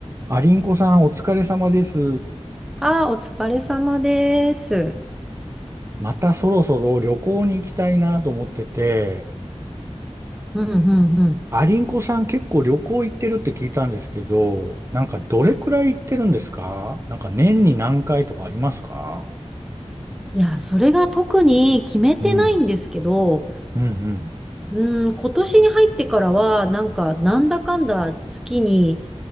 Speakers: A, on the right (about 25°); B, in the centre.
A: ありんこさんお疲れ様です。
B: ああ、お疲れ様です。
A: またそろそろ旅行に行きたいなと思ってて、
B: うんうんうん。
A: ありんこさん結構旅行行ってるって聞いたんですけど、なんかどれくらい行ってるんですかなんか年に何回とかありますか
B: いや、それが特に決めてないんですけど、
A: うん、うん、
B: うん、今年に入ってからは、なんか、なんだかんだ月に